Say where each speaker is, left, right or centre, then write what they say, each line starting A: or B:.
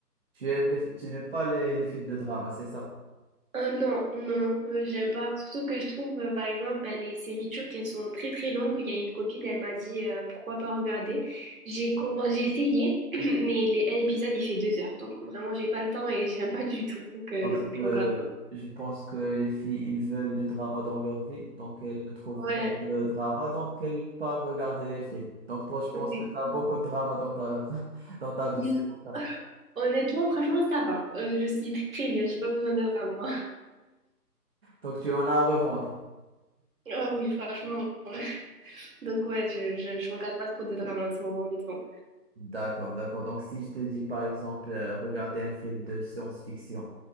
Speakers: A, on the right (about 40°); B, on the right (about 55°).
A: Tu aimes les, tu n'aimes pas les, les films de drama, c'est ça?
B: Euh, non, non, euh, j'aime pas. Surtout que je trouve, euh, par exemple, bah, les séries turques, elles sont très très longues. Il y a une copine, elle m'a dit euh, pourquoi pas regarder. J'ai commen- j'ai essayé, <clears throat> mais les... un épisode, il fait deux heures. Donc vraiment, j'ai pas le temps et <laughs> j'aime pas du tout. Donc euh,
A: Parce
B: non,
A: que
B: je regarde pas.
A: je pense que les filles, ils veulent du drama dans leur vie, donc elles ne trouvent
B: Ouais,
A: pas de drama, donc elles partent regarder les films. Donc toi, je pense
B: oui.
A: que tu as beaucoup de drama dans ta, <laughs> dans ta vie,
B: Mm,
A: c'est pour ça.
B: Honnêtement, franchement, ça va. Euh, je suis très bien, j'ai pas besoin de drama. <laughs>
A: Donc tu en as à revendre.
B: Ah oui, franchement. ouais. Donc ouais, je, je, je regarde pas trop de drama en ce moment, honnêtement.
A: D'accord, d'accord. Donc si je te dis par exemple, euh, regarder un film de science-fiction